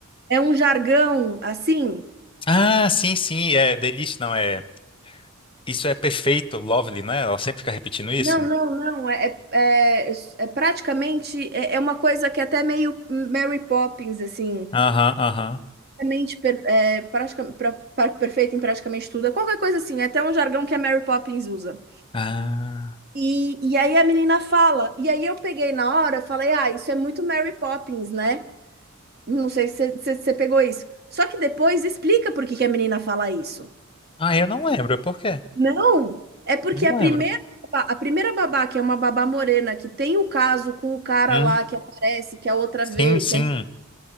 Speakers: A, on the right; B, on the left.
A: é um jargão assim.
B: Ah, sim, sim, é delícia, não é? Isso é perfeito, lovely, não é? Ela sempre fica repetindo isso.
A: Não, não, não. É, é, é, é praticamente é, é uma coisa que é até meio Mary Poppins, assim.
B: Aham, aham.
A: Praticamente per, é, pratica, pra- pra- perfeita em praticamente tudo. É qualquer coisa assim, é até um jargão que a Mary Poppins usa.
B: Ah,
A: E, e aí a menina fala, e aí eu peguei na hora, falei, ah, isso é muito Mary Poppins, né? Não sei se você se você pegou isso. Só que depois explica por que que a menina fala isso.
B: ah, eu não lembro, por quê?
A: Não, é porque
B: Não
A: a primeira,
B: lembro.
A: babá- a primeira babá, que é uma babá morena, que tem o caso com o cara
B: Hum,
A: lá que aparece, que a outra
B: sim,
A: vê,
B: sim.
A: que é